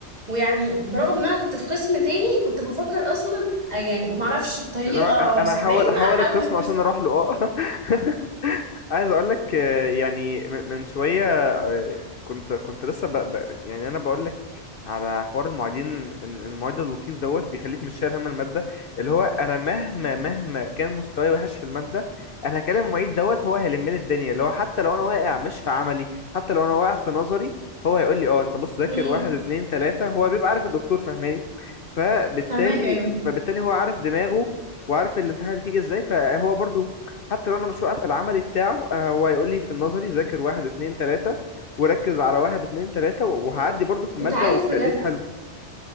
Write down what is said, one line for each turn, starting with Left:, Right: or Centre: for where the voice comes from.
Right: ويعني برغم إن أنا كنت في قسم تاني كنت بفكر أصلا يعني معرفش بطريقة
Left: اللي هو انا انا
Right: سحرية
Left: هحاول هحاول
Right: أحول
Left: القسم
Right: القسم
Left: عشان اروح له اه <laughs> عايز اقول لك يعني من من شويه آه، كنت كنت لسه ب... ب... يعني انا بقول لك على حوار المعيدين إن إن المعيد اللطيف دوت بيخليك مش شايل هم الماده اللي هو انا مهما مهما كان مستواي وحش في الماده انا هكلم المعيد دوت هو هيلم لي الدنيا اللي هو حتى لو انا واقع مش في عملي حتى لو انا واقع في نظري هو هيقول لي اه انت بص ذاكر
Right: امم
Left: واحد اتنين تلاته هو بيبقى عارف الدكتور فاهماني فبالتالي
Right: فهماك أيوه
Left: فبالتالي هو عارف دماغه وعارف الامتحانات بتيجي ازاي فهو برضو حتى لو انا مش واقف في العملي بتاعه آه، هو هيقول لي في النظري ذاكر واحد اتنين تلاتة وركز على واحد اتنين تلاتة وهعدي برضو في المادة
Right: أنت عارف
Left: وبتقدير
Right: بجد
Left: حلو